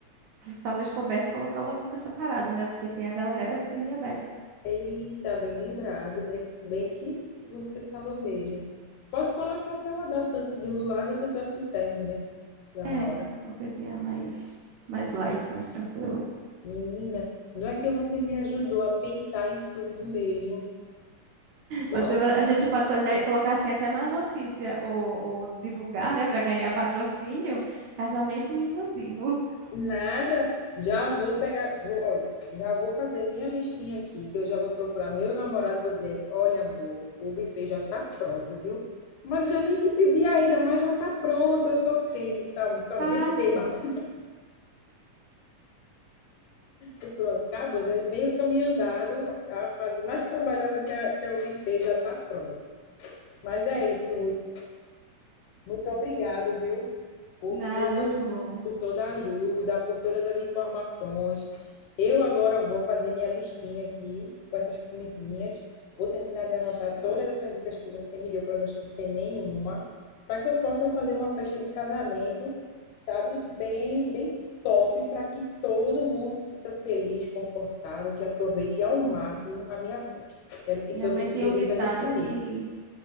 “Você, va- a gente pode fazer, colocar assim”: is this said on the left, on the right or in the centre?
Right